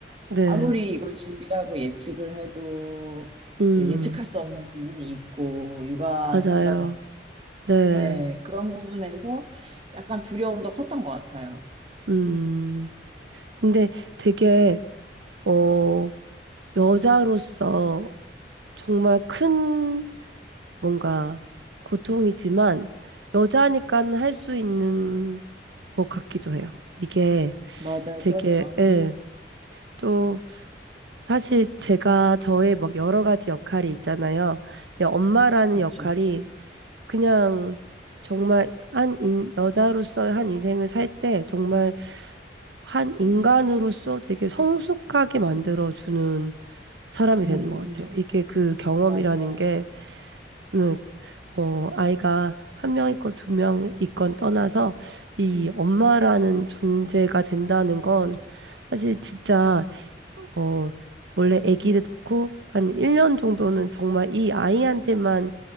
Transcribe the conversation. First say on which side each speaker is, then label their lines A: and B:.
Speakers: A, on the right; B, on the right.
A: 네.
B: 아무리 이걸 준비하고 예측을 해도
A: 음,
B: 이제 예측할 수 없는 부분이 있고 육아를
A: 맞아요.
B: 한다는 건.
A: 네,
B: 네, 그런 부분에서 약간 두려움도 컸던 것 같아요.
A: 음. 근데 되게, 어, 여자로서 정말 큰 뭔가 고통이지만 여자니까 할 수 있는 것 같기도 해요. 이게
B: 맞아요.
A: 되게,
B: 그렇죠.
A: 예,
B: 음,
A: 또, 사실 제가 저의 막 여러 가지 역할이 있잖아요. 근데 엄마라는
B: 그렇죠.
A: 역할이 그냥 정말 한 인, 여자로서의 한 인생을 살 때 정말 한 인간으로서 되게 성숙하게 만들어주는 사람이
B: 음,
A: 되는 것 같아요.
B: 음,
A: 이게 그 경험이라는
B: 맞아요.
A: 게, 음, 어, 아이가 한 명 있건 두 명 있건 떠나서 이 엄마라는 존재가 된다는 건 사실 진짜 어, 원래 아기를 놓고 한 1년 정도는 정말 이 아이한테만